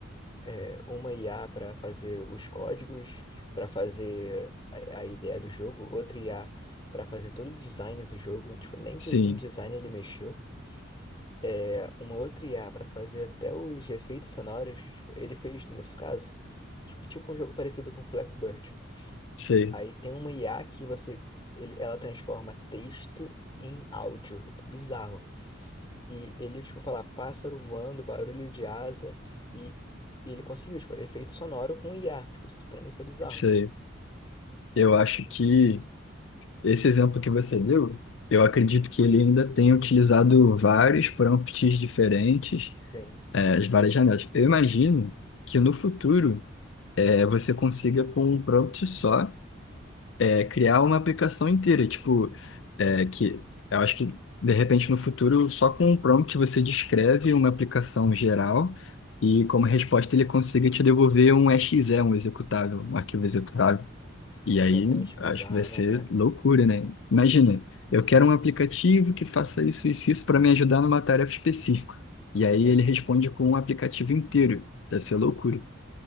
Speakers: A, on the left; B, on the left.
A: é, uma IA para fazer os códigos, para fazer a, a ideia do jogo, outra IA para fazer todo o design do jogo. Tipo, nem des-
B: Sim,
A: em design ele mexeu. é, uma outra IA para fazer até os efeitos sonoros. tipo, ele fez, nesse caso, tipo, tipo um jogo parecido com Flappy Bird.
B: sei,
A: Aí tem uma IA que você, ele- ela transforma texto em áudio. É tipo, Bizarro. E ele, tipo, fala pássaro voando, barulho de asa. E ele conseguiu, tipo, efeito sonoro com IA. Tipo, isso- pra mim isso é bizarro.
B: sei. Eu acho que esse exemplo que você deu, eu acredito que ele ainda tenha utilizado vários prompts diferentes,
A: Sim, sim.
B: eh, as várias janelas. Eu imagino que no futuro eh, você consiga com um prompt só é criar uma aplicação inteira, tipo, é, que eu acho que de repente no futuro só com um prompt você descreve uma aplicação geral e como resposta ele consiga te devolver um exe, um executável, um arquivo executável.
A: Isso
B: E
A: é completamente
B: aí acho
A: bizarro,
B: que vai ser
A: né, cara?
B: loucura, né? Imagina, eu quero um aplicativo que faça isso isso, isso para me ajudar numa tarefa específica. E aí
A: É,
B: ele responde com um aplicativo inteiro. Deve ser loucura.